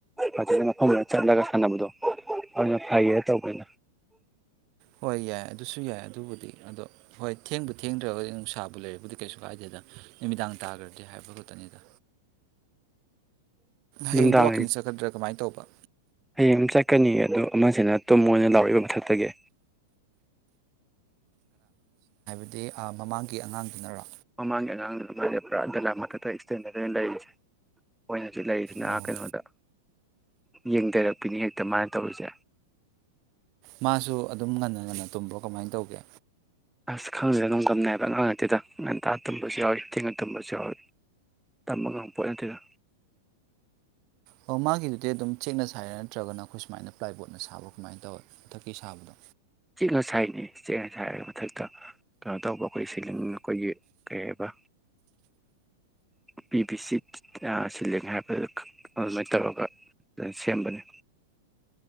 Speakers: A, in the centre; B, on the right.
A: ꯐꯖꯅ ꯃꯐꯝꯗꯨꯗ ꯆꯠꯂꯒ ꯁꯥꯟꯅꯕꯗꯣ ꯑꯗꯨꯅ ꯐꯩꯌꯦ ꯇꯧꯕꯅꯤꯅ
B: ꯍꯣꯏ ꯌꯥꯏ ꯑꯗꯨꯁꯨ ꯌꯥꯏ ꯑꯗꯨꯕꯨꯗꯤ ꯑꯗꯣ ꯍꯣꯏ ꯊꯦꯡꯕꯨ ꯊꯦꯡꯗ꯭ꯔꯒꯗꯤ ꯅꯨꯡꯁꯥꯕꯨ ꯂꯩꯔꯗꯤ ꯀꯩꯁꯨ ꯀꯥꯏꯗꯦꯗ ꯅꯨꯃꯤꯗꯥꯡ ꯇꯥꯈ꯭ꯔꯗꯤ ꯍꯥꯏꯕ ꯈꯛꯇꯅꯤꯗ
A: ꯅꯨꯡꯗꯥꯡ
B: ꯍꯌꯦꯡꯗꯤ ꯋꯥꯛꯀꯤꯡ ꯆꯠꯀꯗ꯭ꯔꯥ ꯀꯃꯥꯏꯅ ꯇꯧꯕ
A: ꯍꯌꯦꯡ ꯆꯠꯀꯅꯤ ꯑꯗꯨ ꯑꯃꯁꯤꯅ ꯇꯣꯃꯣꯅ ꯂꯥꯎꯔꯛꯏꯕ ꯃꯊꯛꯇ ꯠꯇꯒꯦ
B: ꯑꯗꯨ ꯃꯃꯥꯡꯒꯤ ꯑꯉꯥꯡꯗꯨꯅꯔꯣ
A: ꯃꯃꯥꯡꯒꯤ ꯑꯉꯥꯡꯗꯨ ꯑꯗꯨꯃꯥꯏꯅ ꯄꯨꯔꯥꯂꯥ ꯃꯊꯛꯇ ꯏꯁꯇꯦꯟꯗꯔ ꯑꯣꯏꯅ ꯂꯩꯔꯤꯁꯦ ꯍꯧꯖꯤ ꯂꯩꯔꯤꯁꯤꯅ
B: ꯑꯣ
A: ꯀꯩꯅꯣꯗ ꯌꯦꯡꯊꯔꯛꯄꯤꯅꯤ ꯍꯦꯛꯇ ꯃꯥꯅ ꯇꯧꯔꯤꯁꯦ
B: ꯃꯥꯁꯨ ꯑꯗꯨꯝ ꯉꯟꯅ ꯉꯟꯅ ꯇꯨꯝꯕ꯭ꯔꯣ ꯀꯃꯥꯏꯅ ꯇꯧꯒꯦ
A: ꯑꯁ ꯈꯪꯗꯅ ꯑꯗꯨꯝ ꯉꯝꯅꯤꯕ ꯑꯉꯥꯡ ꯅꯠꯇꯦꯗ ꯉꯟꯇꯥ ꯇꯨꯝꯕꯁꯨ ꯌꯥꯎꯏ ꯇꯦꯡꯉ ꯇꯨꯝꯕꯁꯨ ꯌꯥꯎꯏ ꯇꯝꯕ ꯉꯕ ꯄꯣꯠ ꯅꯠꯇꯦꯗ
B: ꯑꯣ ꯃꯥꯒꯤꯗꯨꯗꯤ ꯑꯗꯨꯝ ꯆꯦꯛꯅ ꯁꯥꯥꯏꯔꯦ ꯅꯠꯇ꯭ꯔꯒꯅ ꯑꯩꯈꯣꯏ ꯁꯨꯃꯥꯏꯅ ꯄ꯭ꯂꯥꯏꯕꯣꯔꯗꯅ ꯁꯥꯕ ꯀꯃꯥꯏꯅ ꯇꯧꯋꯦ ꯃꯊꯛꯀꯤ ꯁꯥꯕꯗꯣ
A: ꯆꯦꯛꯅ ꯁꯥꯏꯅꯤ ꯆꯦꯡꯅ ꯁꯥꯏꯒꯤ ꯃꯊꯛꯇ ꯀꯩꯅꯣ ꯇꯧꯕ ꯑꯩꯈꯣꯏꯒꯤ ꯁꯤꯂꯤꯡ ꯑꯩꯈꯣꯏꯒꯤ ꯀꯩ ꯍꯥꯏꯕ ꯄꯤ ꯕꯤ ꯁꯤ ꯁꯤꯂꯤ ꯍꯥꯏꯕꯗꯨ ꯑꯗꯨꯃꯥꯏꯅ ꯇꯧꯔꯒ ꯁꯦꯝꯕꯅꯤ